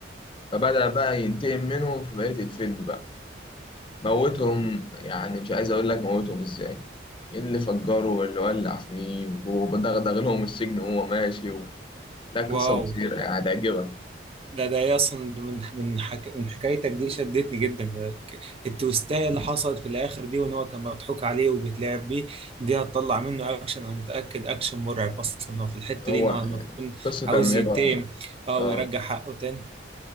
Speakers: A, on the left; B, on the right.
A: فبدأ بقى ينتقم منهم في بقية الفيلم بقى موتهم يعني مش عايز أقول لك موتهم إزاي إيه اللي فجره واللي ولع فيه ودغدغ لهم السجن وهو ماشي و... لا قصة
B: واو
A: مثيرة يعني هتعجبك
B: ده ده إيه اصلا ده من من حك... من حكايتك دي شدتني جدا ده ك- التويستاية اللي حصلت في الاخر دي وان هو كان مضحوك عليه وبيتلعب بيه دي هتطلع منه اكشن انا متاكد اكشن مرعب اصلا هو في الحته
A: هو
B: دي ان هو لما يكون
A: قصة
B: عاوز
A: لما
B: ينتقم
A: يبقى
B: اه
A: آه
B: ويرجع حقه تاني